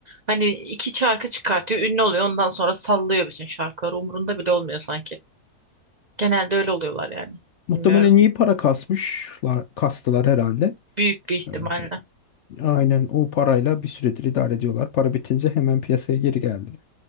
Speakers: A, on the right (about 80°); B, on the left (about 65°).
A: Hani iki şarkı çıkartıyor, ünlü oluyor, ondan sonra sallıyor bütün şarkıları. Umurunda bile olmuyor sanki. Genelde öyle oluyorlar yani.
B: Muhtemelen
A: Bilmiyorum.
B: iyi para kasmışlar, kastılar herhalde.
A: Büyük bir ihtimalle.
B: E, Aynen o parayla bir süredir idare ediyorlar. Para bitince hemen piyasaya geri geldiler.